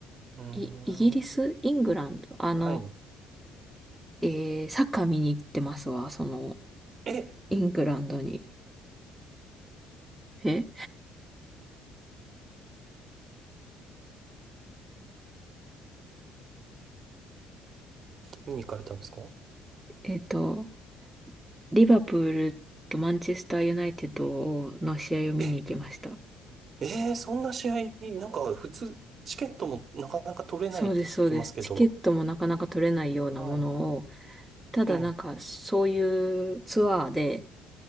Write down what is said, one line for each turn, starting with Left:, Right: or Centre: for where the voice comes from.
Right: うーん。
Centre: い、イギリス、イングランド、あの、
Right: はい。
Centre: えー、サッカー見に行ってますわ、その、
Right: え、
Centre: イングランドに。え
Right: 見に行かれたんですか
Centre: えっと、リバプールとマンチェスターユナイテッドの試合を見に行きました。
Right: え、えー、そんな試合、なんか普通、チケットもなかなか取れないって聞きますけど。
Centre: そうです、そうです。チケットもなかなか取れないようなものを、
Right: はい。
Centre: ただなんかそういうツアーで、
Right: ええ、